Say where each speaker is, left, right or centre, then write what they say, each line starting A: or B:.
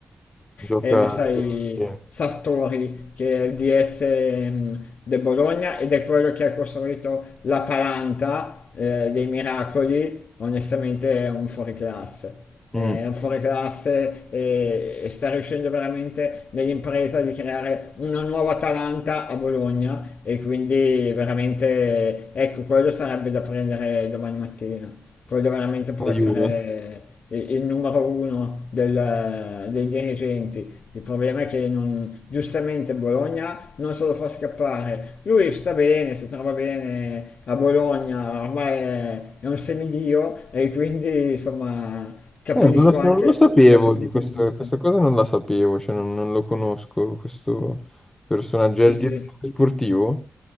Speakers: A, on the left (about 20°); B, on the left (about 70°).
A: gioca...
B: eh, ma sai,
A: bene.
B: Sartori che è il DS mh, del Bologna ed è quello che ha costruito l'Atalanta eh, dei miracoli, onestamente è un fuoriclasse. È
A: Mm.
B: un fuoriclasse e, e sta riuscendo veramente nell'impresa di creare una nuova Atalanta a Bologna e quindi veramente ecco quello sarebbe da prendere domani mattina. Quello veramente può
A: La
B: essere
A: Juve.
B: il, il numero uno del- dei dirigenti il problema è che non, giustamente Bologna non se lo fa scappare. Lui sta bene, si trova bene a Bologna, ormai è, è un semidio e quindi insomma capisco
A: Eh, non lo, so,
B: anche
A: non lo sapevo
B: dal suo punto
A: di questo,
B: di vista.
A: questa cosa non la sapevo, cioè non, non lo conosco questo personaggio,
B: Sì,
A: è il
B: sì.
A: direttore sportivo.